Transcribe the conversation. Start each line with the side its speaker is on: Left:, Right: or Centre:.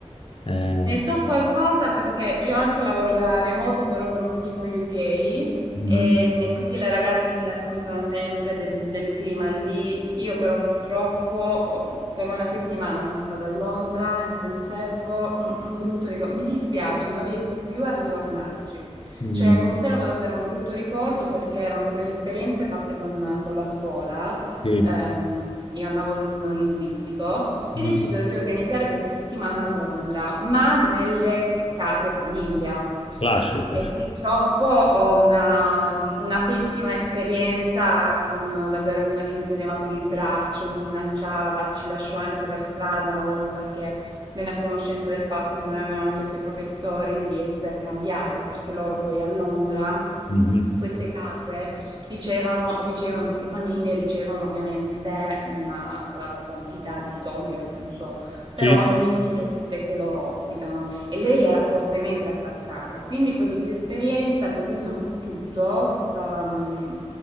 Left: eh,
Right: Ne so qualcosa perché io anche lavoro da remoto, però per un team UK e,
Left: mm,
Right: e quindi le ragazze mi raccontano sempre del, del clima lì. Io però purtroppo ho- solo una settimana sono stata a Londra e ne conservo un, un brutto ricordo. Mi dispiace, non riesco più a ritornarci.
Left: mm,
Right: Cioè, conservo davvero un brutto ricordo perché erano quelle esperienze fatte con, con la scuola.
Left: sì,
Right: Ehm, io andavo ad un linguistico. e
Left: mm,
Right: decisero di organizzare questa settimana a Londra, ma nelle case famiglia.
Left: classico,
Right: E
Left: sì.
Right: purtroppo ho una, una pessima esperienza con davvero una che mi teneva per il braccio, mi minacciava, ci lasciò anche per strada una volta che venne a conoscenza del fatto che noi avevamo chiesto ai professori di essere cambiate, perché loro poi a Londra
Left: Mhm.
Right: queste case Dicevano, dicevano che queste famiglie ricevono ovviamente una eh, quantità di soldi, ora non so, per
Left: Sì,
Right: ogni studente che loro ospitano e lei era fortemente attaccata. Quindi poi questa esperienza ha precluso un po' tutto, questa, mh,